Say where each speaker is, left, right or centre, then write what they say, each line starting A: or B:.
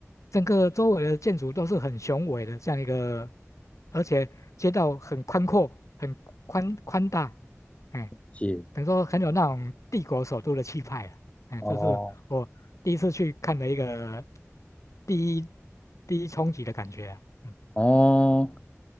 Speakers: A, on the left; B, on the left.
A: 整个周围的建筑都是很雄伟的，这样一个，而且街道很宽阔，很宽宽大，哎，
B: 是，
A: 等于说很有那种帝国首都的气派啊，哎，
B: 哦
A: 这是我第一次去看的一个第一第一冲击的感觉啊，嗯，
B: 哦，